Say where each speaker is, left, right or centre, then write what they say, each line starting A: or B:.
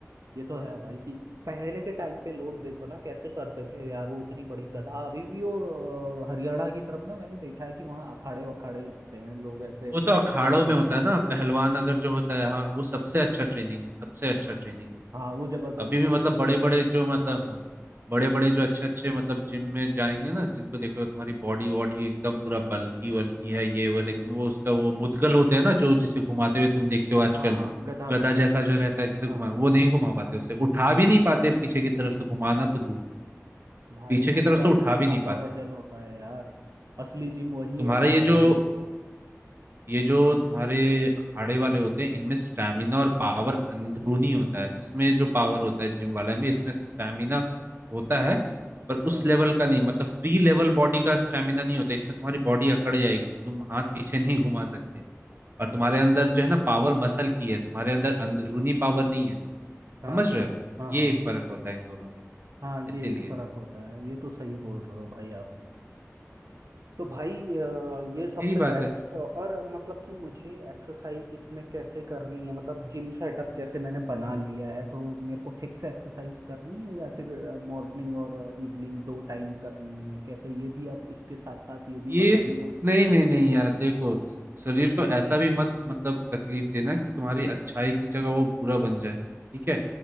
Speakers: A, on the right; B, on the right.
A: ये तो है भाई कि पहले के टाइम पे लोग देखो ना कैसे करते थे यार वो उतनी बड़ी गधा अभी भी वो अ, हरियाणा की तरफ ना मैंने देखा है कि वहाँ अखाड़े वखाड़े लगते हैं लोग ऐसे
B: वो तो अखाड़ों
A: लकड़ी
B: में होता
A: का
B: है ना पहलवान अगर जो होता है हाँ वो सबसे अच्छा ट्रेनिंग है सबसे अच्छा ट्रेनिंग है
A: हाँ वो जबरदस्त
B: अभी
A: वो
B: भी मतलब बड़े बड़े जो मतलब हाँ बड़े बड़े जो अच्छे अच्छे मतलब जिम में जाएंगे ना जिनको देखो तुम्हारी बॉडी वॉडी एकदम पूरा बल्की वल्की है ये वो लेकिन वो उसका वो मुद्गल होते हैं ना जो जिसे घुमाते हुए तुम देखते हो आजकल
A: हाँ हाँ गधा
B: गधा जैसा जो रहता है जिसे
A: हाँ
B: घुमा वो नहीं घुमा पाते उसे उठा भी नहीं पाते पीछे की तरफ से घुमाना तो दूर
A: भाई
B: पीछे
A: उनका
B: की तरफ से उठा
A: अच्छा
B: भी
A: खासा
B: नहीं पाते
A: वजन होता है यार असली जिम वही
B: तुम्हारा
A: होता
B: ये
A: है
B: जो
A: भाई
B: ये जो तुम्हारे अखाड़े वाले होते हैं इनमें स्टैमिना और पावर अंदरूनी होता है इसमें जो पावर होता है जिम वाले में इसमें स्टैमिना होता है पर
A: हाँ
B: उस लेवल का नहीं मतलब फ्री लेवल बॉडी का स्टैमिना नहीं होता इसमें तुम्हारी बॉडी अकड़ जाएगी तुम हाथ पीछे नहीं घुमा सकते और तुम्हारे अंदर जो है ना पावर मसल की है तुम्हारे अंदर अंदरूनी पावर नहीं है समझ
A: हाँ
B: रहे हो
A: हाँ
B: ये
A: हाँ
B: एक फर्क होता है इन दोनों में
A: हाँ
B: इसीलिए
A: ये एक फर्क होता है ये तो सही बोल रहे हो भाई आप तो भाई अ, ये
B: बस
A: सबसे
B: यही बात
A: बेस्ट
B: है
A: और मतलब कि मुझे एक्सरसाइज इसमें कैसे करनी है मतलब जिम सेटअप जैसे मैंने बना लिया है तो मेरे को फिक्स एक्सरसाइज करनी है या फिर मॉर्निंग और इवनिंग दो टाइम करनी है कैसे ये भी आप इसके साथ साथ ये भी
B: ये
A: बता ही दो
B: नहीं नहीं नहीं यार देखो शरीर को ऐसा भी मत मतलब तकलीफ देना कि तुम्हारी अच्छाई की जगह वो बुरा बन जाए ठीक है